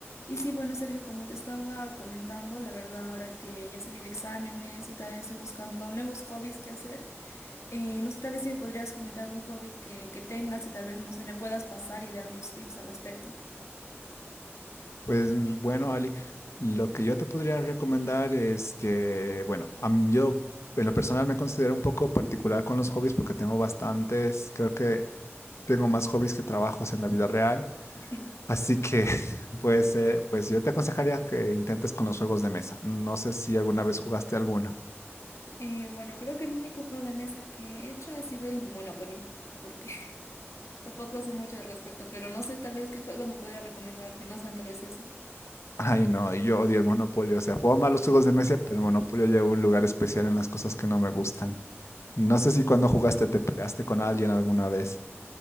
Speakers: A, on the left; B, on the left.
A: Y sí, bueno, Sergio, como te estaba comentando, la verdad, ahora que ya salí de exámenes y tal, estoy buscando nuevos hobbies que hacer. Eh, no sé, tal vez si me podrías comentar algún hobby que, que tengas y tal vez, no sé, me puedas pasar y dar unos tips al respecto.
B: Pues mm, bueno, Ali, lo que yo te podría recomendar es que, bueno, a mí- yo en lo personal me considero un poco particular con los hobbies porque tengo bastantes, creo que tengo más hobbies que trabajos en la vida real,
A: <laughs>
B: así que <laughs> pues, eh, pues yo te aconsejaría que intentes con los juegos de mesa. No sé si alguna vez jugaste alguno.
A: Eh, bueno, creo que el único juego de mesa que he hecho ha sido el Monopoly, porque <laughs> tampoco sé mucho al respecto, pero no sé tal vez qué juego me podría recomendar, que no sean tal vez ese.
B: Ay, no, yo odio el Monopolio, o sea, puedo amar los juegos de mesa, pero el Monopolio lleva un lugar especial en las cosas que no me gustan. No sé si cuando jugaste te peleaste con alguien alguna vez.